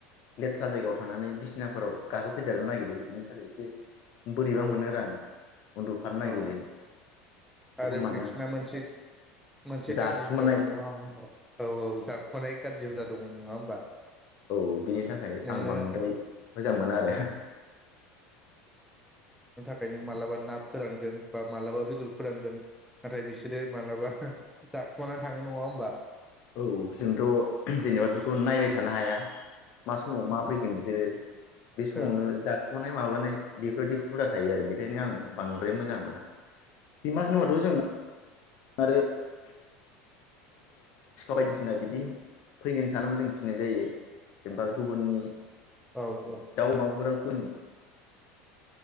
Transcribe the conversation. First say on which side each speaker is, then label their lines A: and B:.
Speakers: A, on the left; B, in the centre.
A: लेथ्रा जायगायाव थांनानै बिसिनाफोराव गाखोफैदेरनो नागिरो बिनि थाखाय एसे बोरैबा
B: औ
A: मोनो राआं उन्दुफानो नागिरो
B: औ औ
A: एखनबा
B: आरो बिसोरना
A: नों
B: मोनसे-मोनसे
A: जाखुमानाय
B: गाज्रि हुदा दङ औ औ जाखुमानाय गाज्रि हुदा दं । नङा होमबा?
A: औ बिनि थाखाय
B: नोङो
A: आं बांद्राय मोजां मोना आरो ।
B: ओमफ्राय नों मालाबा ना फोरानांगोन बा मालाबा बेदर फोरानगोन नाथाय बिसोरो माब्लाबा जाखुमानानै थाङो नङा होमबा?
A: औ जोंथ' जेनेबा बेफोरखौ नायबाय था थानो हाया मा समाव
B: उम
A: मा फैगोन बिसोरो बे समावनो
B: औ
A: जाखुमानाय माबानाय बेफोरबायदि हुदा थायो आरो बेनिखायनो आं बांद्राय मोजां मोना । सैमा होनोबाथ' जों आरो <unintelligible> बायदिसिना बिदि फैगोन सानबो जों फिनाय जायो । जेनबा गुबुननि
B: औ औ
A: दाव अमाफोराव उन